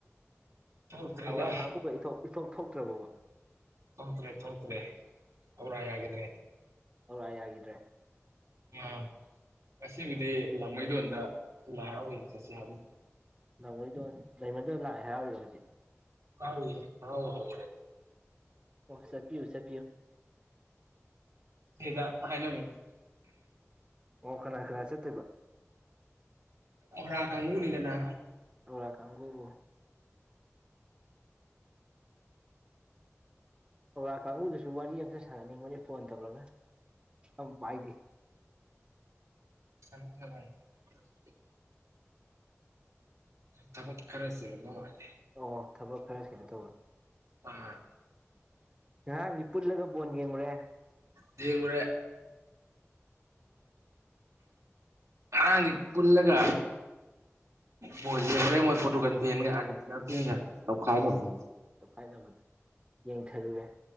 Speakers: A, on the right; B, on the right.
A: ꯊꯣꯛꯇ꯭ꯔꯦꯗ
B: ꯑꯧꯔꯥ ꯈꯪ ꯏꯊꯣ ꯊꯣꯛ ꯊꯣꯛꯇ꯭ꯔꯕꯕ
A: ꯊꯣꯇ꯭ꯔꯦ ꯊꯣꯇ꯭ꯔꯦ ꯍꯧ꯭ꯔ ꯍꯥꯏꯗꯦ
B: ꯍꯧꯔ ꯌꯥꯈꯤꯗ꯭ꯔꯦ
A: ꯑꯥ ꯉꯁꯤꯕꯨꯗꯤ ꯂꯥꯡꯃꯩꯗꯣꯟꯗ ꯂꯥꯏꯔꯥꯎꯌꯦ ꯆꯠꯁꯤ ꯍꯥꯏꯕ
B: ꯃꯣꯏꯗꯣ ꯗꯥꯏꯃꯟꯗꯣ ꯂꯥꯛꯑꯦ ꯍꯥꯏꯔꯥꯎꯏꯕ ꯍꯧꯖꯤꯛ
A: ꯀꯥ ꯍꯥꯎ ꯍꯥꯎ
B: ꯑꯣ ꯁꯇꯌꯨ ꯆꯇꯌꯨ
A: ꯍꯗ ꯍꯥꯏꯅ ꯑꯃꯅꯤ
B: ꯑꯣ ꯀꯅꯥ ꯀꯅꯥ ꯆꯠꯇꯀ
A: ꯔꯥ ꯀꯥꯡꯪꯕꯨꯨꯅꯤꯗꯅ
B: ꯂꯧꯔꯥꯛ ꯀꯥꯡꯕꯨꯕꯨ ꯑꯣ ꯀ ꯀꯥꯡꯕꯨ ꯑꯗꯨ ꯋꯥꯔꯤ ꯑꯝꯇ ꯁꯥꯟꯅꯅꯤꯡꯕꯅꯤ ꯐꯣꯟ ꯇꯧꯔꯒ ꯑꯃꯨꯛ ꯄꯥꯏꯗꯤꯦ
A: <unintelligible> ꯊꯕꯛꯈꯔ ꯆꯤꯟꯕ ꯋꯥꯅꯤ
B: ꯑꯣ ꯊꯕꯛ ꯈꯔꯁꯤꯅ ꯇꯧꯋꯤ
A: ꯑ
B: ꯅꯍꯥꯟꯅꯤ ꯄꯨꯜꯂꯒ ꯕꯣꯟ ꯌꯦꯡꯉꯨꯔꯦ
A: ꯗ ꯀꯔ ꯑꯉꯥꯡꯗꯤ ꯄꯨꯜꯂꯒ ꯃꯣ ꯍꯣꯔꯦꯟ ꯃꯣꯏ ꯐꯣꯇꯨ ꯀ ꯐꯦꯟꯒ ꯑꯥꯤ ꯐꯦꯟꯒ ꯇꯧꯈꯥꯏꯅꯕꯅꯦ
B: ꯇꯣꯈꯥꯏꯅꯕꯗ ꯌꯦꯡꯊꯔꯨꯔꯦ